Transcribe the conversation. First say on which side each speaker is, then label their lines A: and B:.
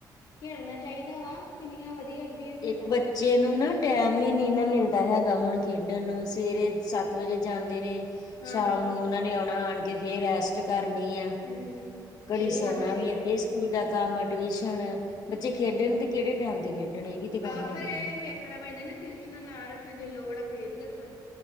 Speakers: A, on the left; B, on the left.
A: ਖੇਡਣਾ ਚਾਹੀਦਾ ਵਾ, ਕਿੰਨੀਆਂ ਵਧੀਆ ਵਧੀਆ ਖੇਡਾਂ
B: ਇੱਕ ਬੱਚੇ
A: ਵਾ
B: ਨੂੰ ਨਾ ਟਾਈਮ ਹੀ ਨਹੀਂ ਨਾ ਮਿਲਦਾ ਹੈਗਾ, ਹੁਣ ਖੇਡਣ ਨੂੰ ਸਵੇਰੇ ਸੱਤ ਵਜੇ ਜਾਂਦੇ ਨੇ।
A: ਹਾਂਜੀ
B: ਸ਼ਾਮ ਨੂੰ ਉਹਨਾ ਨੇ ਆਉਣਾ, ਆਣ ਕੇ ਫੇਰ ਰੈਸਟ ਕਰਨੀ ਆ।
A: ਹਮ ਇਹ
B: ਘੜੀ
A: ਵੀ
B: ਸੌਣਾ
A: ਗੱਲ ਹੈਗੀ ਆ
B: ਸਕੂਲ ਦਾ ਕੰਮ ਟਿਊਸ਼ਨ ਬੱਚੇ ਖੇਡਣ ਤੇ ਕਿਹੜੇ ਟਾਈਮ ਦੇ ਖੇਡਣ ਇਹ ਵੀ ਤੇ ਗੱਲ
A: ਆਹ
B: ਹੈਗੀ
A: ਫੇਰ ਇਹ
B: ਨੇ
A: ਵੇਖਣਾ ਪੈਂਦਾ ਨਾ ਟਿਊਸ਼ਨਾਂ ਨਾ ਰੱਖਣ, ਜੇ ਲੋੜ ਫੇਰ ਹੀ ਰੱਖਣ।